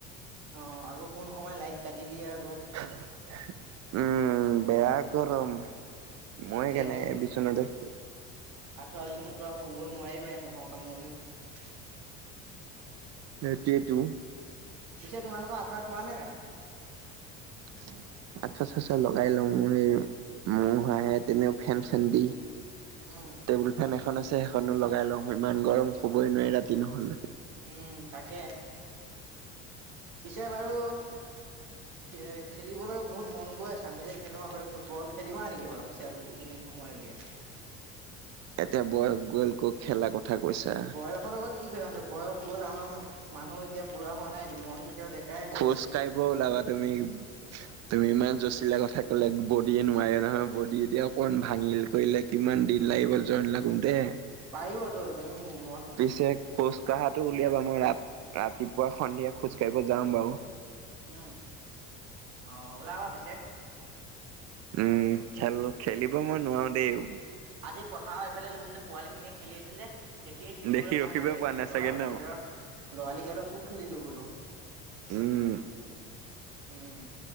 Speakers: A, on the right (about 65°); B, on the right (about 45°).
A: অ', আকৌ কোন সময় লাইট কাটি দিয়ে আ।
B: <unintelligible> বেয়া গৰম।
A: উম
B: মই
A: এতিয়া
B: কেনে বিচনাতে শুই আছোঁ।
A: আঠুৱা যদি নোতোৱা হ'ব নোৱাৰিবাই মহৰ কামোৰণিত।
B: সেইটোৱেটো।
A: পিছে তোমালোকৰ আঁঠুৱা টোৱা নে নাই?
B: <unintelligible> আঠুৱা আঠুৱা লগাই লওঁ মই, মহ আহে তেনেও ফেন চেন দি।
A: উম
B: টেবুল ফেন এখন আছে সেইখনো লগাই লওঁ। ইমান গৰম শুবই নোৱাৰি ৰাতি নহলে।
A: উম তাকে, পিছে বাৰু। এ খেলিবলৈ বহুত মন গৈ আছে। আমি যে খেলো আগতে ফুটবল, খেলিবা নেকি বাও পিছে আজি এইখিনি সময়ত। হয় উলিয়াই।
B: এতিয়া বয়স গ'ল ক' খেলা কথা। কৈছা
A: বয়সৰ লগত কি কথা আছে। বয়স গ'ল আমাৰ মানুহ এতিয়া বুঢ়া হোৱা নাইটো মন। এতিয়াও ডেকাই হৈ
B: খোজকাঢ়িব
A: আছে
B: ওলাবা তুমি। তুমি ইমান জচিলা কথা কলে বদীয়ে নোৱাৰে নহয়। বদী এতিয়া অকমান ভাঙিল। কৰিলে কিমান দিল লাগিব জইন লাগুং তে।
A: পাৰিবতো তুমি মো।
B: পিছে খোজ কাঢ়াটো উলিয়াবা। মই ৰাত ৰাতিপুৱা, সন্ধিয়া খোজ কাঢ়িব যাওঁ বাউ।
A: উম, অ ওলাবা পিছে।
B: উম খেল খেলিব মই নোৱাৰো দেই।
A: আজি পথাৰৰ এইফালে গৈছিল যে পোৱালি খিনিয়ে খেলি আছিল যে, দেখিয়ে খেলিবলৈ
B: দেখি ৰখিবই
A: মন আহি গৈছে
B: পোৱা নাই
A: বোলো
B: চাগে
A: আৰু
B: ন?
A: নিজৰ লৰালিকালত খুব খেলিলো বোলো।
B: উম।
A: উম।